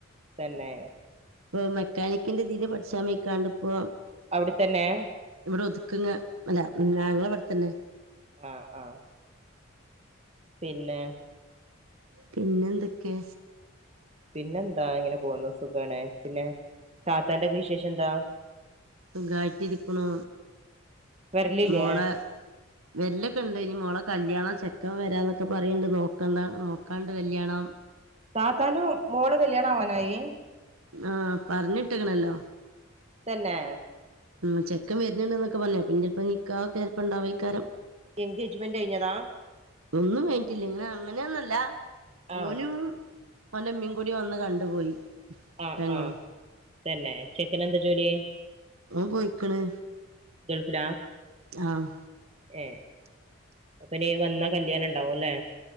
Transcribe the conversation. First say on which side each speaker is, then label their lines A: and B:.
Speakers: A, on the right (about 30°); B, on the right (about 85°).
A: തന്നെ
B: ഇപ്പൊ മെക്കാനിക്കിന്റെ ഇതിൽ പഠിച്ചാൻ പോയിക്കാണ്ട് ഇപ്പോ
A: അവിടത്തന്നെ
B: ഇവിടെ ഒതുക്കങ്ങ അല്ല ഞങ്ങളെ ഇവിടെത്തന്നെ
A: ആഹ് ആഹ് പിന്നെ
B: പിന്നെ എന്തേക്കെ
A: പിന്നെന്താ ഇങ്ങനെ പോന്ന് സുഖാണ് പിന്നെ താത്താന്റെ ഒക്കെ വിശേഷം എന്താ
B: സുഖായിട്ട് ഇരിക്ക്ണു
A: വരലില്ലേ
B: മോളെ വെല്ലൊക്കെ ഇണ്ട് ഇനി മോളെ കല്യാണം ചെക്കൻ വരാന്നൊക്കെ പറയണ്ട് നോക്കണ്ട നോക്കാണ്ട് കല്ല്യാണം
A: താത്താന്റെ മോള് കല്യാണ ആവാനായി
B: ആഹ് പറഞ്ഞിട്ടെക്കണല്ലോ
A: തന്നെ
B: ഉം ചെക്കൻ വരുന്നുണ്ട് എന്നൊക്കെ പറഞ്ഞ പിന്നെ ഇപ്പോ നിക്കാ ഒക്കെ ചെലപ്പണ്ടാവ ഇക്കാരം
A: എൻഗേജ്മെന്റ് കയിഞ്ഞതാ
B: ഒന്നും കഴിഞ്ഞിട്ടില്ല ഇങ്ങനെ അങ്ങനെയൊന്നല്ല
A: ആഹ്
B: ഓനും ഓന്റെ അമ്മേകൂടി വന്ന് കണ്ടുപോയി
A: ആഹ്
B: പെങ്ങളും
A: ആഹ് തന്നെ ചെക്കന് എന്താ ജോലി
B: ഓൻ പോയിക്കണ്
A: ഗൾഫില
B: ആഹ്
A: ഏഹ് അപ്പൊനി വന്നാ കല്യാണം ഇണ്ടാവുല്ലേ